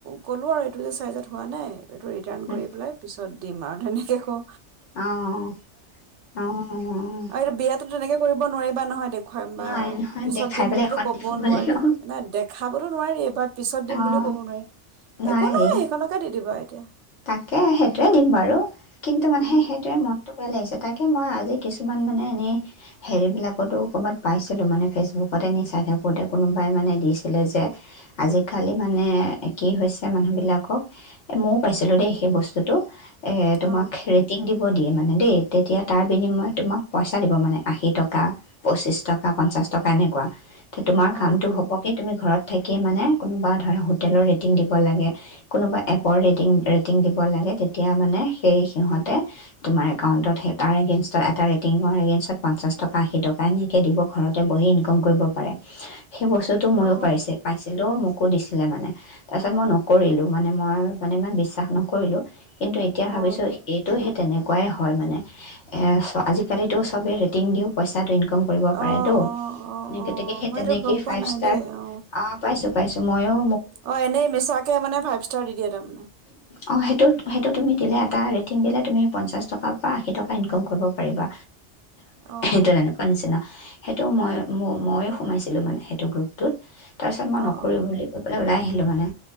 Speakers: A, on the right; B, on the left.
A: ক'লোঁ আৰু এইটো যে চাইজত হোৱা নাই, এইটো ৰিটাৰ্ণ
B: উম,
A: কৰি পেলাই পিছ পাছত দিম আৰু, তেনেকৈ ক্
B: অ' অ' অ-অ অহ
A: আৰু এইটো বিয়াাতো তেনেকে কৰিব নোৱাৰিবা নহয় দে <unintelligible> হৈ বা
B: নহয়
A: <unintelligible>
B: নহয়
A: পিছত
B: দেখাই
A: দিম
B: পেলাই
A: বুলিতো
B: এখন
A: কবও
B: দিব লাগিব।
A: নোৱাৰি, নাই দেখাৱতো নোৱাৰি বা পিছত দিম
B: অ'।
A: বুলিও কব নোৱাৰি।
B: নোৱাৰি
A: একো নহয় সেইখনকে দিদিবা। এতিয়া <unintelligible>
B: তাকে, সেইটোয়ে দিম বাৰু। কিন্তু মানে
A: উম
B: সেইটোয়েই মনটো ভাল লাগিছে। তাকে মই আজি কিছুমান মানে এনেই হেৰিবিলাকতো ক'ৰবাত পাইছিলোঁ। মানে ফেচবুকতে নি চাই থাকোঁতে কোনোবাই মানে দিছিলে যে, আজিকালি মানে কি হৈছে মানুহবিলাকক, এ, মোক পাইছিলো দেই সেই বস্তুটো। এ, তুমাক
A: অ
B: ৰেটিং দিব দিয়ে মানে দেই। তেতিয়া তাৰ বিনিময়ত তোমাক পইচা দিব। মানে আশী টকা, পঁচিছ টকা পঞ্চাছ টকা এনেকুৱা। এ, তোমাৰ
A: অ
B: কামটো হ'ব কি তুমি ঘৰত থাকিয়ে মানে কোনোবা ধৰা হোটেলৰ ৰেটিং দিব লাগে কোনোবা এপৰ ৰেট ৰেটি ৰেটিং দিব লাগে তেতিয়া মানে সেই সিহঁতে তোমাৰ একাউন্টত এটাৰ এগেইনষ্টত এটা ৰেটিঙৰ এগেইনষ্টত পঞ্চাছ টকা আশী টকা এনেকৈ দিব ঘৰতে বহি ইনকম কৰিব পাৰে সেই বস্তুটো ময়ো
A: অ
B: পাইছে পাইছিলোঁ মোকো দিছিল ছিলে মানে তাৰপিছত মই নকৰিলোঁ মানে মই মানে ইমান বিশ্বাস নকৰিলো কিন্তু এতিয়া ভাবিছোঁ
A: অ অ
B: এইটোহে তেনেকুৱাই হয় মানে এ আজিকালিতো চবেই ৰেটিং দি পইচা ইন্কম কৰিব পাৰেটো।
A: অ অ অ
B: গতিকে
A: অ
B: সেই
A: মই
B: কেনেকুৱা
A: সেইটো গম পোৱা
B: ফাইব
A: নাই
B: ষ্টাৰ
A: দেই অ
B: পাইছো পাইছোঁ মইও
A: অ এনেই মিছাকে মানে ফাইভ ষ্টাৰ দি দিয়ে তাৰমানে
B: অ সেইটো সেইটো তুমি দিলে এটা ৰেটিং দিলে তুমি পঞ্চাছ টকা বা আশী টকা ইনকম কৰিব পাৰিবা
A: অ
B: সেইটো তেনেকুৱা নিচিনা সেইটো মই ময়ো সোমাইছিলোঁ মানে সেইটো গ্ৰুপটোত তাৰপিছত মই
A: অ অ
B: নকৰো বুলি কৈ পেলাই ওলাই আহিলোঁ মানে